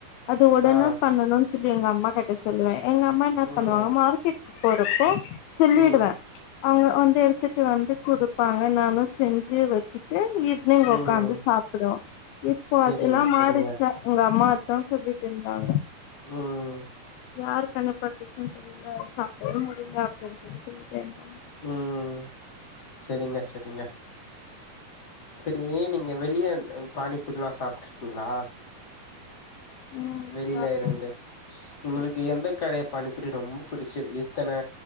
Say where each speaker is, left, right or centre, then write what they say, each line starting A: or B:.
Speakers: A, on the left; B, on the left.
A: அது உடனே
B: ஆ
A: பண்ணனும்னு சொல்லி எங்க அம்மா கி ட்ட சொல்லுவே எங்க அம்மா என்ன
B: ம்
A: பண்ணுவாங்க மார்க்கெட்க்கு போறப்போ சொல்லிடுவே
B: ம்
A: அவங்க வந்து எடுத்துட்டு வந்து குடுப்பாங்க நானு செஞ்சு வச்சிட்டு ஈவினிங்
B: ம்
A: உக்காந்து சாப்புடுவோ இப்போ
B: சரிங்க
A: அதெல்லா மாறிடுச்சா
B: சரிங்க
A: உங்க அம்மாதா சொல்லிட்டு இருந்தாங்க
B: ம்
A: யாரு கண்ணுபட்டுச்சோனு தெரியல சாப்டவே முடியல அப்டினு சொல்லி சொல்லிட்டே இருந்தாங்
B: ம் செரிங்க செரிங்க செரியே நீங்க வெளிய பானிபூரில்லா சாப்டுருக்கீங்களா
A: ம்
B: வெளியில
A: சாப்டு
B: இருந்து
A: <inaudible>
B: உங்களுக்கு எந்த கடைய பானிபூரி ரொம்ப பிடிச்சுருக் இத்தன